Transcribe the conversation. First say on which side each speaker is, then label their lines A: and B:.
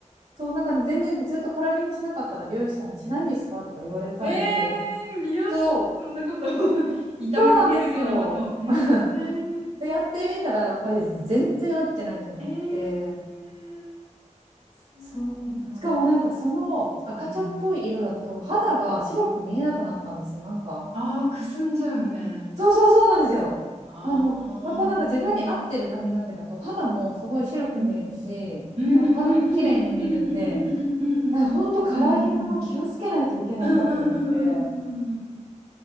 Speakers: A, on the right; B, on the right.
A: そう、なんか全然ずっとカラーリングしなかったら美容師さんにしないんですかとか言われたんで、
B: い。え
A: やっ
B: ー、美容師さん、
A: と、
B: そんなこと <laughs> 痛めつけるようなことを。
A: そうなんですよ。
B: えー、
A: <laughs> で、やってみたらやっぱり全然合ってないと思って、
B: えー、そうなんだ。
A: そう。しかもなんかその赤茶っぽい色だと肌が白く見えなくなったんですよ。
B: うんうん
A: なんか。
B: ああ、くすんじゃうみたいなやつですか。
A: そうそうそうなんですよ。
B: ああー。
A: あの、やっぱなんか自分に合ってる髪の毛だと肌もすごい白く見えるし、
B: うんうんうんうんうんうんうんうんうんうんうんうん
A: なんか肌も綺麗に見えるんで、え、ほんとカラーリングも気をつけないといけないなと思って。
B: うんうんうんうんうんうんうんうんん
A: い